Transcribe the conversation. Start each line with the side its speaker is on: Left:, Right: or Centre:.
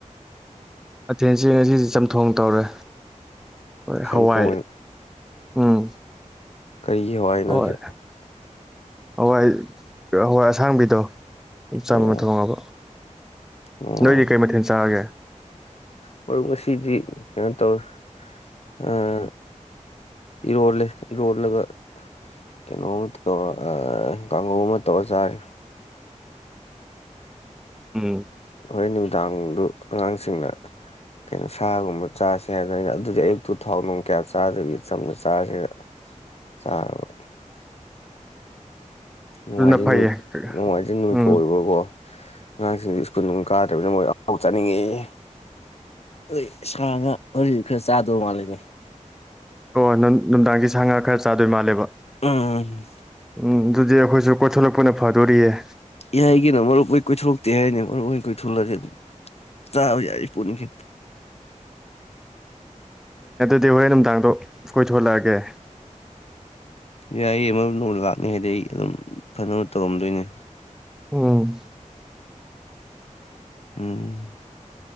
Centre: ꯃꯊꯦꯟꯁꯦ ꯉꯁꯤꯖꯤ ꯆꯝꯊꯣꯡ ꯇꯧꯔꯦ ꯍꯣꯏ
Left: ꯆꯝꯊꯣꯡ
Centre: ꯍꯋꯥꯏ
Left: ꯑꯣꯏꯅ
Centre: ꯎꯝ
Left: ꯀꯩꯒꯤ ꯍꯋꯥꯏꯅꯣꯖꯦ
Centre: ꯍꯣꯏ ꯍꯋꯥꯏ ꯍꯋꯥꯏ ꯑꯁꯥꯡꯕꯤꯗꯣ ꯆꯝꯅ
Left: ꯑꯣ
Centre: ꯊꯣꯡꯉꯕ
Left: ꯑꯣ
Centre: ꯅꯣꯏꯗꯤ ꯀꯩ ꯃꯊꯦꯟ ꯆꯥꯔꯒꯦ
Left: ꯃꯔꯨꯞ ꯉꯁꯤꯗꯤ ꯀꯩꯅꯣ ꯇꯧꯋꯦ ꯑꯥ ꯏꯔꯣꯜꯂꯦ ꯏꯔꯣꯜꯂꯒ ꯀꯩꯅꯣꯃ ꯇꯧꯔ ꯑꯥ ꯀꯥꯡꯍꯧ ꯑꯃ ꯇꯧꯔ ꯆꯥꯔꯦ
Centre: ꯎꯝ
Left: ꯍꯣꯔꯦꯟ ꯅꯨꯃꯤꯗꯥꯡꯗꯨ ꯑꯉꯥꯡꯁꯤꯡꯅ ꯀꯩꯅꯣ ꯁꯥꯒꯨꯝꯕ ꯆꯥꯁꯦ ꯍꯥꯏꯗ ꯑꯩꯅ ꯑꯗꯨꯗꯤ ꯑꯌꯨꯛꯇꯨ ꯊꯥꯎ ꯅꯨꯡ ꯀꯌꯥ ꯆꯥꯗꯕꯤ ꯆꯝꯅ ꯆꯥꯔꯁꯤꯗ ꯆꯥꯔꯕ ꯅꯨꯡꯃꯥꯏꯖꯤꯡ
Centre: ꯑꯗꯨꯅ ꯐꯩꯌꯦ
Left: ꯅꯨꯃꯤꯠ ꯅꯣꯡꯃꯥꯏꯖꯤꯡ ꯅꯨꯃꯤꯠꯀ
Centre: ꯎꯝ
Left: ꯑꯣꯏꯕꯒꯀꯣ ꯑꯉꯥꯡꯁꯤꯡꯗꯨ ꯁ꯭ꯀꯨꯜ ꯅꯨꯡ ꯀꯥꯗ꯭ꯔꯕꯅꯤꯅ ꯃꯣꯏ ꯑꯍꯥꯎ ꯆꯥꯅꯤꯡꯉꯦꯌꯦ ꯑꯗꯩ ꯁꯥ ꯉꯥ <unintelligible> ꯈꯔ ꯆꯥꯗꯧ ꯃꯥꯜꯂꯦꯅꯦ
Centre: ꯑꯣ ꯅꯨꯟ ꯅꯨꯡꯗꯥꯡꯒꯤ ꯁꯥ ꯉꯥ ꯈꯔ ꯆꯥꯗꯣꯏ ꯃꯥꯜꯂꯦꯕ
Left: ꯎꯝ
Centre: ꯎꯝ ꯗꯨꯗꯤ ꯑꯈꯣꯏꯖꯨ ꯀꯣꯏꯊꯣꯛꯂꯛꯄꯅ ꯐꯗꯣꯔꯤꯌꯦ
Left: ꯌꯥꯏꯒꯤꯅꯣ ꯃꯔꯨꯞ ꯍꯣꯏ ꯀꯣꯏꯊꯣꯔꯛꯇꯦ ꯍꯥꯏꯅꯤ ꯃꯔꯨꯞꯍꯣꯏ ꯀꯣꯏꯊꯣꯛꯂꯗꯤ ꯆꯥꯕ ꯌꯥꯔꯤꯄꯣꯠꯅꯤ ꯀꯩ
Centre: ꯑꯗꯨ ꯍꯣꯏ ꯅꯨꯡꯗꯥꯡꯗꯣ ꯀꯣꯏꯊꯂꯛꯑꯒꯦ
Left: ꯌꯥꯏꯌꯦ ꯅꯕꯨ ꯂꯥꯛꯅꯤ ꯍꯥꯏꯗꯤ ꯑꯩ ꯑꯗꯨꯝ ꯐꯅꯕ ꯇꯧꯔꯝꯗꯣꯏꯅꯦ
Centre: ꯎꯝ
Left: ꯎꯝ